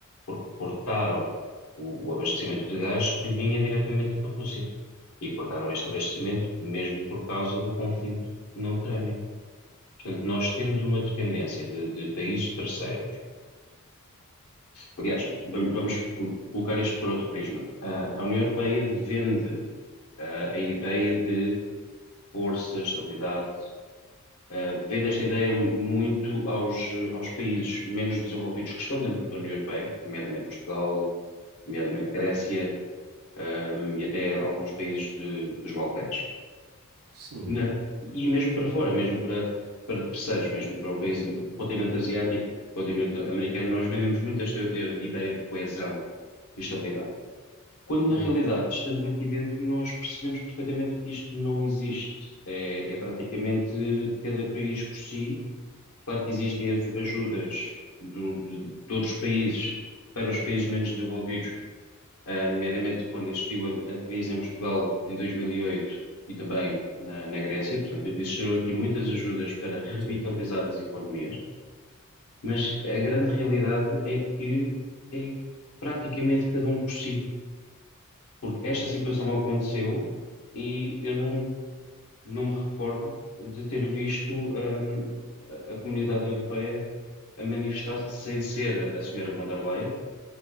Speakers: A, on the left; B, on the right.
A: Porque cortaram o, o abastecimento de gás que vinha diretamente da Rússia. E cortaram este abastecimento mesmo por causa do conflito na Ucrânia. Portanto, nós temos uma dependência de, de países terceiros. Aliás, vam- vamos colocar isto por outro prisma. Ah, A União Europeia vende ah, a ideia de força, estabilidade. Uh, vendo esta ideia muito aos, aos países menos desenvolvidos que estão dentro da União Europeia, nomeadamente Portugal, nomeadamente Grécia, um, e até alguns países de- dos Balcãs.
B: Sim,
A: Na- e mesmo para fora, mesmo para, para terceiros, mesmo para o país, o continente asiático, o continente americano, nós vendemos muito esta eh, ideia de coesão e estabilidade. Quando na
B: é,
A: realidade, estando aqui dentro, nós percebemos perfeitamente que isto não existe. É, é praticamente cada país por si. Claro que existem as- ajudas do- de, de outros países para os países menos desenvolvidos, ah, nomeadamente quando existiu a, a crise em Portugal em 2008 e oito e também na, na Grécia. Portanto, existiram aqui muitas ajudas para revitalizar
B: sim,
A: as economias, mas a grande realidade é que é praticamente cada um por si. Porque esta
B: oh,
A: situação aconteceu e eu não, não me recordo de ter visto hum, a a comunidade europeia a manifestar-se sem ser a senhora von der Leyen,